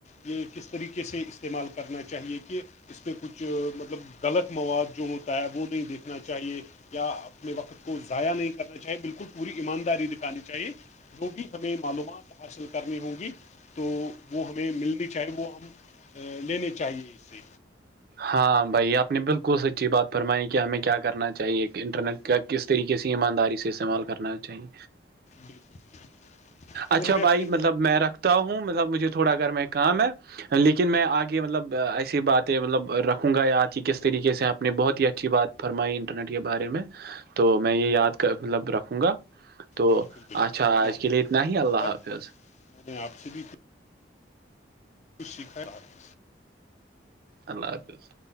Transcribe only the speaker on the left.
یہ کس طریقے سے استعمال کرنا چاہیے کہ اس پہ کچھ مطلب غلط مواد جو ہوتا ہے وہ نہیں دیکھنا چاہیے یا اپنے وقت کو ضائع نہیں کرنا چاہیے بالکل پوری ایمانداری دکھانی چاہیے جو بھی ہمیں معلومات حاصل کرنی ہوں گی تو وہ ہمیں ملنی چاہیے وہ ہم لینے چاہیے اسے
بالکل
اور ہمیں اپنی
بالکل بالکل
میں نے
آپ
سے
بھی کچھ
سیکھا
ہے
میں آپ سے بھی ت <unintelligible>